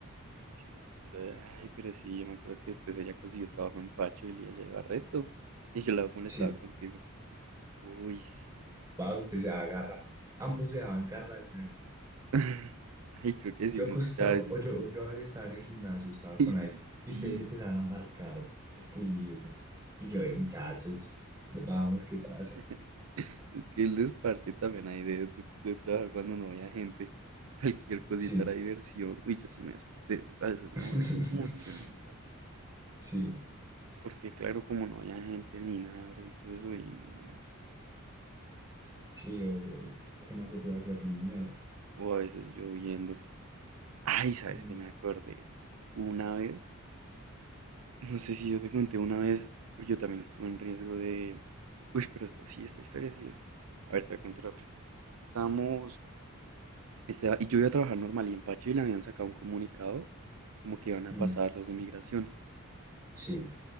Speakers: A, on the right (about 80°); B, on the right (about 15°).
A: Sí, o ay, pero sí, yo me acuerdo que después ella consiguió trabajo en Pacho y ella iba a resto. Y yo la molestaba
B: Sí,
A: contigo. Uy, sí.
B: Va, usted se agarra. Ambos se daban garra, güey.
A: <laughs> Ay, creo que sí,
B: Yo
A: muchas
B: acostado,
A: veces.
B: o yo, o yo a veces estaba en el gimnasio, estaba con
A: <laughs> Ay,
B: alguien, y
A: sí.
B: ustedes empezaban a marcarme, a escribirme. Y yo, eh, muchachos, vamos, ¿qué pasa?
A: <laughs> Es que el desparche también hay de, de- de trabajar cuando no había gente. Cualquier cosita
B: Sí.
A: era diversión. Uy, yo sí me, des- de- a veces me
B: <laughs>
A: aburría mucho en esa.
B: Sí,
A: Porque claro, como no había gente ni nada, bro, entonces, uy, no.
B: sí, obvio. ¿y ¿Qué qué más se puede hacer, mi mierda?
A: O a veces lloviendo. Ay, ¿sabes
B: Mm,
A: qué me acordé? Una vez No sé si yo te conté una vez, uy, yo también estuve en riesgo de... Uy, pero esto sí, esta historia sí es... A ver, te voy a contar rápido. Estábamos... estaba- Y yo iba a trabajar normal y en Pacho y le habían sacado un comunicado como que iban a
B: mm,
A: pasar los de migración.
B: sí,